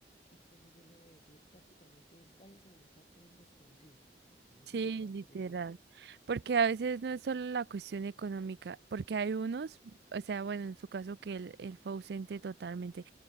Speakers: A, on the left (about 35°); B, on the right (about 70°).
A: y cómo yo le voy a decir prácticamente es váyase a almorzar con un desconocido? No,
B: Sí,
A: yo no puedo
B: literal.
A: hacer eso.
B: Porque a veces no es solo la cuestión económica, porque hay unos, o sea, bueno, en su caso que él, él fue ausente totalmente,